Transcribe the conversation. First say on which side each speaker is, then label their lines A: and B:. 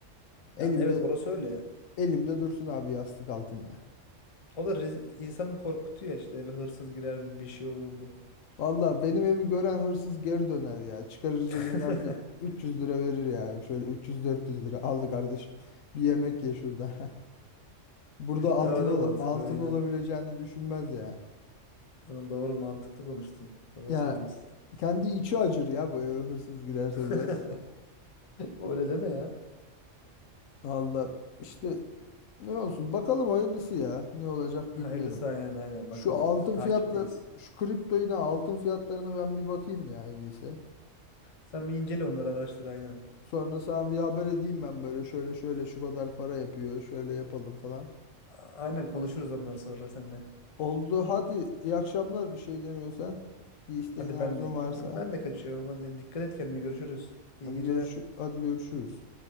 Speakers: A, on the left (about 80°); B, on the left (about 35°).
A: Elimde
B: Ya, evet orası öyle ya.
A: elimde dursun abi yastık altında.
B: O da rez- insanı korkutuyor işte eve hırsız girer mi bir şey olur mu?
A: Vallahi benim evi gören hırsız geri döner ya. Çıkarır
B: <laughs>
A: cebinden bir 300 lira verir yani. Şöyle 300-400 lira aldı kardeşim. Bir yemek ye şurada. <laughs> Burada altın
B: O
A: ol-
B: da mantıklı
A: altın
B: aynen.
A: olabileceğini düşünmez ya.
B: Ama Doğru mantıklı konuştun. Doğru
A: Ya
B: söylüyorsun.
A: kendi içi acır ya bu eve hırsız girerse
B: <laughs>
A: biraz.
B: Öyle deme ya.
A: Valla işte ne olsun bakalım hayırlısı ya. Ne olacak bilmiyorum.
B: Hayırlısı aynen aynen
A: Şu
B: bakalım
A: altın
B: ya. Takipteyiz.
A: fiyatlar şu kriptoyun ha, altın fiyatlarına ben bir bakayım ya en iyisi.
B: Sen bir incele onları araştır aynen.
A: Sonra sana bir haber edeyim ben böyle şöyle şöyle şu kadar para yapıyor şöyle yapalım falan.
B: A- Aynen konuşuruz onları sonra seninle.
A: Oldu hadi iyi akşamlar bir şey demiyorsan bir isteğin
B: Hadi
A: arzun
B: ben de
A: varsa
B: ben de kaçıyorum. Hadi dikkat et kendine. Görüşürüz. İyi
A: hadi
B: geceler.
A: görüş hadi görüşürüz.